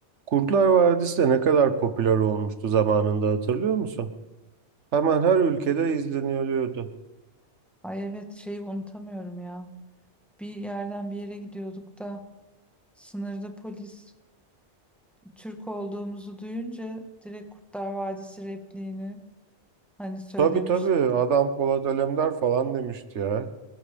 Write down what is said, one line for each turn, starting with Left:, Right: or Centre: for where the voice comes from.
Right: Kurtlar Vadisi de ne kadar popüler olmuştu zamanında hatırlıyor musun? Hemen her ülkede izleniyordu.
Centre: Ay evet şeyi unutamıyorum ya. Bir yerden bir yere gidiyorduk da sınırda polis Türk olduğumuzu duyunca direkt Kurtlar Vadisi repliğini hani söylemişti.
Right: Tabii tabii adam Polat Alemdar falan demişti ya.